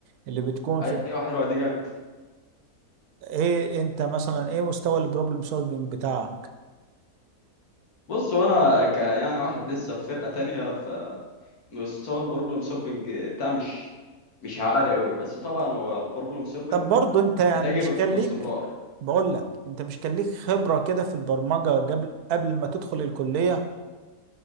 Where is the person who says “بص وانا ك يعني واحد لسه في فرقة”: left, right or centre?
Left